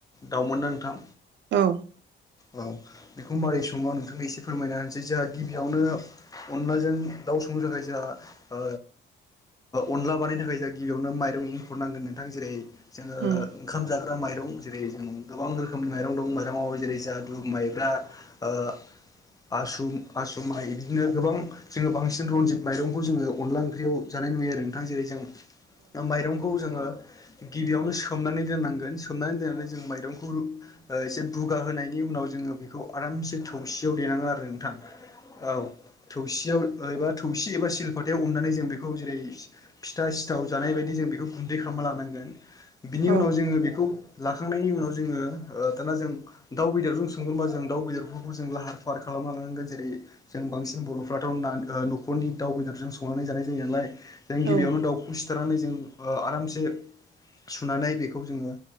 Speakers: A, on the left; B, on the right.
A: दाउमोन ना नोंथां?
B: औ
A: औ बेखौ मारै सङो आं नोंथांनो एसे फोरमायना होनोसै जोंहा गिबियावनो अनलाजों दाउ संनो थाखाय जोंहा अ अनला बानायनो थाखाय जाहा गिबियावनो माइरं एंखुर नांगोन नोंथां जेरै जोङो
B: उम
A: ओंखाम जाग्रा माइरं जेरै जों गोबां रोखोमनि माइरं दं माइरंआव जेरै जाहा बो माइब्रा ओ आसुम आसुमाइ इदिनो गोबां जोङो बांसिन रनजित माइरंखौ जोङो अनला ओंख्रियाव जा नाय नुयो आरो नोंथां जेरै जों माइरंखौ जोङो गिबियावनो सोमनानै दोननांगोन सोमनानै दोननानै जों माइरंखौ ओ एसे बुगा होनाय नि उनाव जोङो बेखौ आरामसे थौसियाव देेनांगोन आरो नोंथां औ थौसियाव एबा थौसि एबा सिलपाथायाव अननानै जों बेखौ जेरै फिथा सिथाव जानाय बायदि जों बेखौ गुन्दै खालामना लानांगोन। बिनि
B: औ
A: उनाव जोङो बेखौ लाखांनायनि उनाव जोङो ओ दाना जों दाउ बेदरजों संगोनबा जों दाउ बेदरफोरखौ जों लाहार फाहार खालामलांनांगोन जेरै जों बांसिन बर'फ्राथ' न'खरनि दाउ बेदरजों संनानै जानाय जायो नालाय जों
B: औ
A: गिबियावनो दाउखौ सिथारनानै जों ओ आरामसे सुनानै बेखौ जोङो